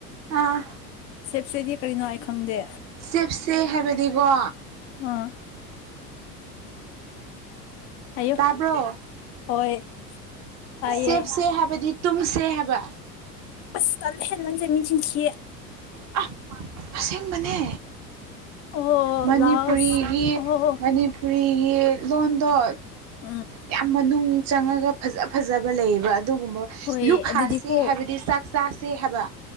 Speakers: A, on the right; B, on the left.
A: ꯑꯥ
B: ꯁꯦꯞꯁꯤ ꯍꯥꯏꯗꯤ ꯀꯔꯤꯅꯣ ꯑꯩ ꯈꯪꯗꯦ
A: ꯆꯦꯞꯁꯦ ꯍꯥꯏꯕꯗꯤꯀꯣ
B: ꯑꯥ ꯍꯥꯏꯌꯨ
A: ꯇꯥꯕ꯭ꯔꯣ
B: ꯍꯣꯏ ꯇꯥꯏꯌꯦ
A: ꯁꯦꯞꯁꯦ ꯍꯥꯏꯕꯗꯤ ꯇꯨꯝꯁꯦ ꯍꯥꯏꯕ
B: ꯑꯁ ꯇꯜꯂ ꯍꯦ ꯅꯪꯁꯦ ꯃꯆꯤꯟ ꯊꯤꯌꯦ
A: ꯑꯥ ꯑꯁꯦꯡꯕꯅꯦ
B: ꯑꯣ
A: ꯃꯅꯤꯄꯨꯔꯤꯒꯤ
B: ꯂꯥꯎꯁ ꯑꯣ
A: ꯄꯅꯤ ꯃꯅꯤꯄꯨꯔꯤꯒꯤ ꯂꯣꯟꯗꯣ
B: ꯎꯝ
A: ꯌꯥꯝ ꯃꯅꯨꯡ ꯆꯪꯉꯒ ꯐꯖ ꯐꯖꯕ ꯂꯩꯌꯦꯕ ꯑꯗꯨꯒꯨꯝꯕ
B: ꯍꯣꯏ
A: ꯂꯨꯛ
B: ꯑꯗꯨꯗꯤꯀꯣ
A: ꯍꯥꯁꯦ ꯍꯥꯏꯕꯗꯤ ꯆꯥꯛ ꯆꯥꯁꯦ ꯍꯥꯏꯕ